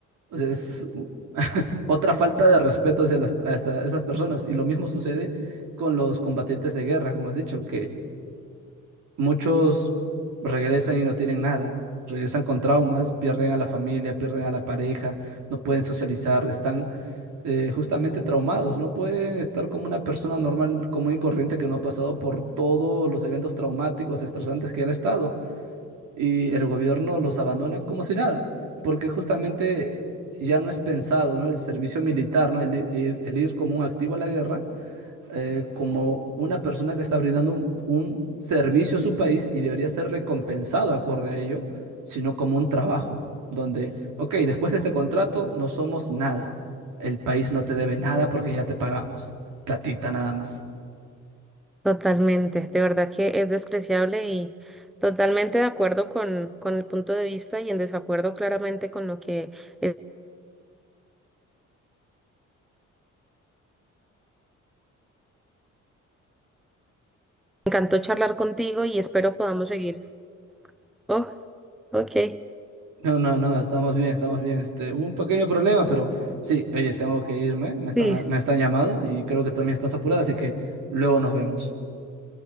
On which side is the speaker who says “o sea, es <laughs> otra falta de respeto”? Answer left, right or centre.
Right